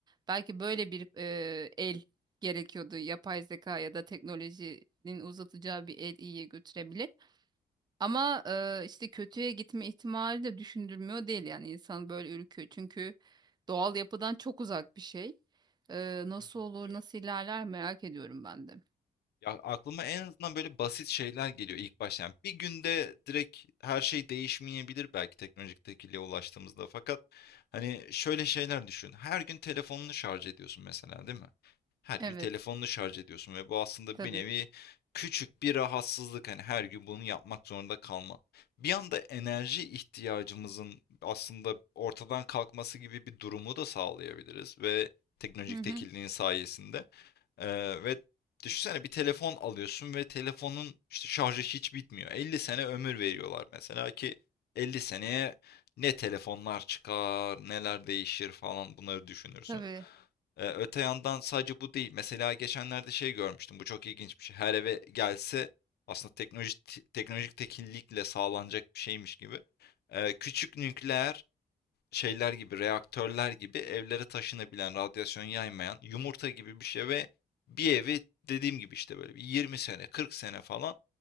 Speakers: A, on the right; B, on the left.
A: Belki böyle bir e, el gerekiyordu. Yapay zeka ya da teknolojinin uzatacağı bir el iyiye götürebilir. Ama e, işte kötüye gitme ihtimali de düşündürmüyor değil yani insan böyle ürküyor çünkü doğal yapıdan çok uzak bir şey. E, nasıl
B: Hı hı,
A: olur,
B: evet.
A: nasıl ilerler merak ediyorum ben de.
B: Ya aklıma en azından böyle basit şeyler geliyor ilk başta. Yani bir günde direkt her şey değişmeyebilir belki teknolojik tekilliğe ulaştığımızda. Fakat hani şöyle şeyler düşün. Her gün telefonunu şarj ediyorsun mesela değil mi? Her gün
A: Evet,
B: telefonunu şarj ediyorsun ve bu aslında
A: tabii.
B: bir nevi küçük bir rahatsızlık. Hani her gün bunu yapmak zorunda kalma. Bir anda enerji ihtiyacımızın aslında ortadan kalkması gibi bir durumu da sağlayabiliriz ve teknolojik
A: Hı hı,
B: tekilliğin sayesinde. Ee, ve düşünsene bir telefon alıyorsun ve telefonun işte şarjı hiç bitmiyor. 50 sene ömür veriyorlar mesela ki 50 seneye ne telefonlar çıkar, neler değişir falan bunları düşünürsün.
A: tabii.
B: Ee, öte yandan sadece bu değil. Mesela geçenlerde şey görmüştüm. Bu çok ilginç bir şey. Her eve gelse aslında teknolojik teknolojik tekillikle sağlanacak bir şeymiş gibi. Ee, küçük nükleer şeyler gibi, reaktörler gibi evlere taşınabilen, radyasyon yaymayan yumurta gibi bir şey ve bir evi dediğim gibi işte böyle bir 20 sene, 40 sene falan